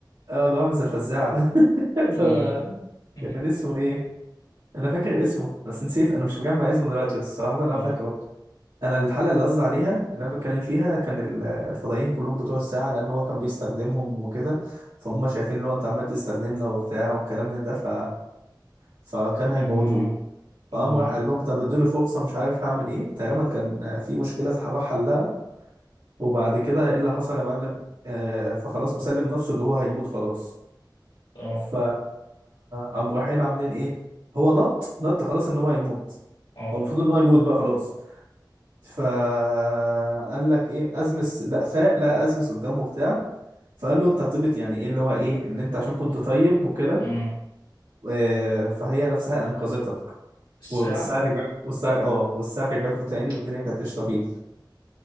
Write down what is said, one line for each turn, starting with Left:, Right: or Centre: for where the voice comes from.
Right: اه اللي هو عامل زي الفزاعة ده <laughs> اللي
Left: امم
Right: هو
Left: <laughs>
Right: كان اسمه ايه؟ انا فاكر اسمه بس نسيت انا مش مجمع اسمه دلوقتي بس صراحه انا
Left: اه
Right: فاكره انا الحلقه اللي قصدي عليها اللي انا بتكلم فيها كان ال- الفضائيين كلهم بتوع الساعه لان هو كان بيستخدمهم وكده فهم شايفين ان هو انت عمال تستخدمنا وبتاع والكلام من ده ف فكان هيموتوه
Left: امم
Right: فقام
Left: امم
Right: راح قال لهم طب ادوني فرصه مش عارف هعمل ايه تقريبا كان في مشكله فراح حلها وبعد كده ايه اللي حصل يا معلم آه، فخلاص مسلم نفسه اللي هو هيموت خلاص
Left: اه
Right: ف قام رايحين عاملين ايه هو نط نط خلاص ان هو هيموت
Left: اه
Right: هو المفروض ان هو يموت بقى خلاص فقال لك ايه ازمس لا فاق لا ازمس قدامه بتاع فقال له انت هتبت يعني ايه اللي هو ايه ان انت عشان كنت طيب وكده
Left: امم
Right: آه، فهي نفسها انقذتك
Left: الساعة
Right: والساعه رجعت والساعه اه والساعه رجعت له تاني والدنيا كانت قشطه فيك